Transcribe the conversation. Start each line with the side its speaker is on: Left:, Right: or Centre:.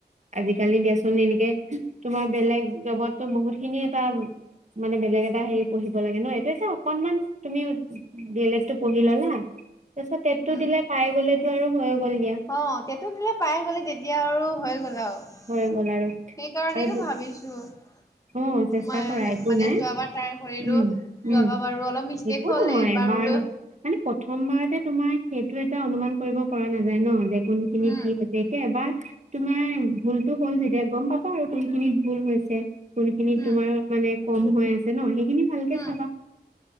Right: আজিকালি দেচোন এনেকে, তোমাৰ বেলেগ জবততো বহুতখিনি এটা মানে বেলেগ এটা হেৰি পঢ়িব লাগে ন', এতে চা অকনমান তুমি ডি এল এডটো পঢ়ি ল'লা, তাৰ পিছত টেটটো
Left: উম
Right: দিলে পাই গ'লেতো আৰু হৈয়ে গ'ল দিয়া।
Left: অ', টেটত দিলে পাই গ'লে তেতিয়া আৰু হৈএ গ'ল আৰু
Right: হৈ গ'ল
Left: সেইকাৰণেইটো
Right: আৰু
Left: ভাবিছ ও
Right: অ চেষ্টা
Left: মই
Right: কৰা একো
Left: মানে
Right: নাই
Left: যোৱাবাৰ ট্ৰাই কৰিলো,
Right: উম উম
Left: যোৱাবাৰ বাৰু অলপ মিচ
Right: একো
Left: শেষ হ'ল
Right: নহয়
Left: এবাৰ বোলো
Right: ন মানে প্ৰথম বাৰতে তোমাৰ সেইটো এটা অনুমান কৰিব পৰা নাযায় ন', যে কোনখিনি
Left: উম
Right: কি সেত এতিয়া এবাৰ তোমাৰ ভুলটো হ'ল যেতিয়া গম পাবা আৰু কোনখিনিত ভুল হৈছে কোনখিনি
Left: উম
Right: তোমাৰ মানে কম হৈ আছে ন সেইখিনি ভালকে
Left: উম
Right: চাবা